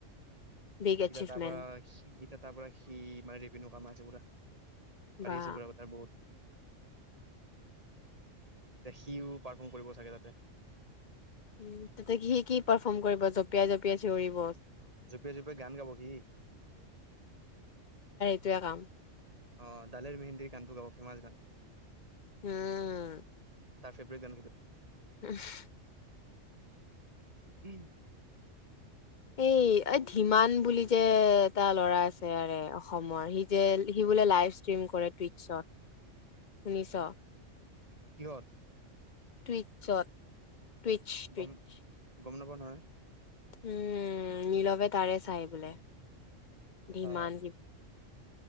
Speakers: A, on the left; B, on the right.
A: বিগ
B: এতিয়া
A: এচিভমেন্ট
B: তাৰ পৰা সি এতিয়া তাৰ পৰা সি মাৰে ৰিবনু। কম আছে পুৰা। পাৰীয়েছে
A: বা
B: বুৰা বত বহুত <unintelligible> সিও পাৰফৰ্ম কৰিব চাগে তাতে।
A: উম, তাতে স কি পাৰফৰ্ম কৰিব জঁপিয়াই জঁপিয়াই চিঞৰিব।
B: জপিয়াই জপিয়াই গান গাব সি।
A: টোৱে কাম।
B: অ দালিৰ মেহেন্দীৰ গানটো গাব ফেমাচ গান।
A: উম।
B: তাৰ ফেব্ৰেট গান কেইটা।
A: উম <unintelligible>
B: উম <unintelligible>
A: এই এই ধিমান বুলি যে, এটা ল'ৰা আছে আৰে অসমৰ সি যে। বোলে লাইভ ষ্ট্ৰীম কৰে টুইটছত। শুনিছ?
B: কিহত?
A: টুইটচত। টুইচ টুইচ
B: গম
A: ।
B: গম নাপা নহয় ।
A: উম নীলবে তাৰে চাই বোলে
B: আচ্ছা।
A: ধিমান